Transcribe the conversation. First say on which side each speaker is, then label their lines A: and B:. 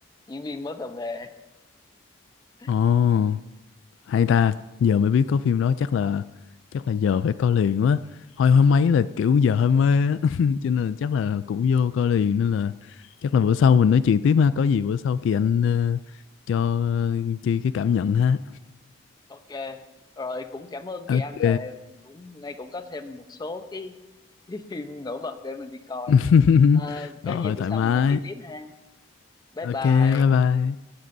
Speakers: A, on the left; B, on the left.
A: diễn viên mới vào nghề <laughs>
B: ồ hay ta giờ mới biết có phim đó chắc là chắc là giờ phải coi liền quá hồi hôm mấy là kiểu giờ hơi mê á <laughs> cho nên là chắc là cũng vô coi liền nên là chắc là bữa sau mình nói chuyện tiếp ha có gì bữa sau kỳ anh ờ, cho ờ, chi cái cảm nhận ha
A: ok rồi cũng cảm ơn chị
B: ok
A: anh là cũng nay cũng có thêm một số cái, cái phim nổi bật để mình đi coi
B: <laughs>
A: Ờ, có
B: rồi
A: gì bữa
B: thoải
A: sau
B: mái
A: mình nói chuyện tiếp ha bye bye
B: ok bye bye